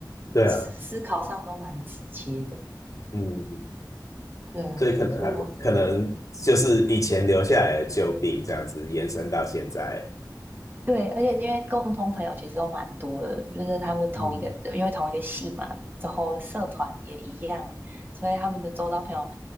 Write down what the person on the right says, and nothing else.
思思考上都蛮直接的。
对，
就我对，而且因为共同朋友其实都蛮多的，就是他们同一个，
因为同一个系嘛，之后社团也一样，所以他们的周遭朋友，